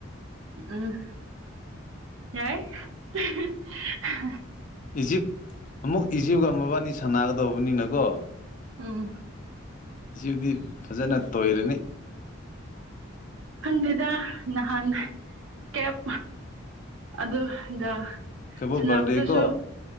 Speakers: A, on the right; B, on the left.
A: ꯎꯝ ꯌꯥꯏ <unintelligible>
B: ꯏꯖꯤꯞ ꯑꯃꯨꯛ ꯏꯖꯤꯞꯒ ꯃꯕꯥꯅꯤ ꯁꯥꯟꯅꯒꯗꯧꯕꯅꯤꯅꯀꯣ
A: ꯎꯝ <unintelligible> <inaudible>
B: ꯏꯖꯤꯞꯗꯤ ꯐꯖꯅ ꯇꯣꯏꯔꯅꯤ
A: ꯈꯪꯗꯦꯗ ꯅꯍꯥꯟ ꯀꯦꯞ ꯑꯗꯨꯒ
B: ꯀꯦꯕꯣ
A: ꯁꯥꯟꯅꯕꯗꯨꯁꯨ
B: ꯕꯥꯔꯗꯦ ꯀꯣ